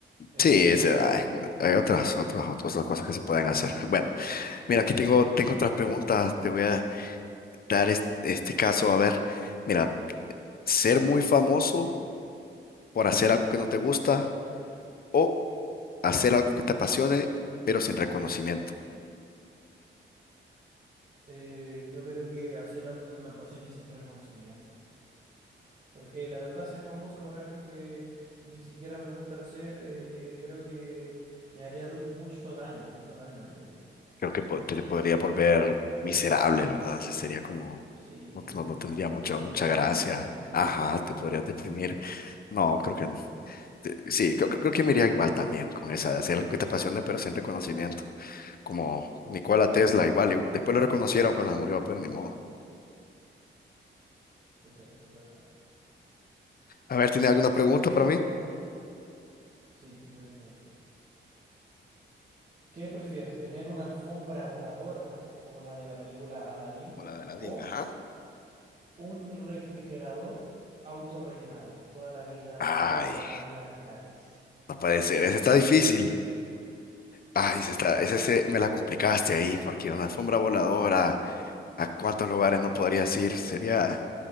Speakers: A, on the right; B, on the left.
A: Eso
B: Sí,
A: elijo
B: ese,
A: yo.
B: ay, hay otras, otras, otras cosas que se pueden hacer. Bueno, mira, aquí tengo, tengo otras preguntas. Te voy a dar es- este, caso. A ver, mira, ser muy famoso por hacer algo que no te gusta o hacer algo que te apasione, pero sin reconocimiento.
A: Eh, yo creo que hacer algo que me apasione sin reconocimiento. Porque la verdad ser famoso por algo que ni siquiera me gusta hacer, eh, creo que me haría du- mucho daño, mucho daño a mi vida.
B: Creo que po-
A: ¿Entiendes?
B: te podría volver miserable, ¿verdad? Sí, sería como,
A: Sí,
B: no, no- no tendría
A: o
B: mucha,
A: entrar
B: mucha
A: en depresión.
B: gracia. Ajá, te podrías deprimir. No, creo que, sí, creo, creo que me iría igual también con esa, de hacer algo que te apasione, pero sin reconocimiento. como Nikola Tesla, igual. y después lo reconocieron cuando se murió, pero ni modo.
A: Eso, eso es verdad.
B: A ver, ¿tiene alguna pregunta para mí?
A: Sí, yo tengo aquí. ¿Qué prefieres? ¿Tener una alfombra voladora como la de la película Aladdin
B: Como la de Aladdin,
A: o
B: ajá.
A: un refrigerador autorrellenable? Toda la vida
B: Ay,
A: te da comida gratis.
B: no puede ser, ese está difícil. Ay, ese
A: Está
B: está,
A: difícil,
B: ese se- me la complicaste ahí, porque una alfombra voladora, ¿a cuántos lugares no podrías ir? Sería,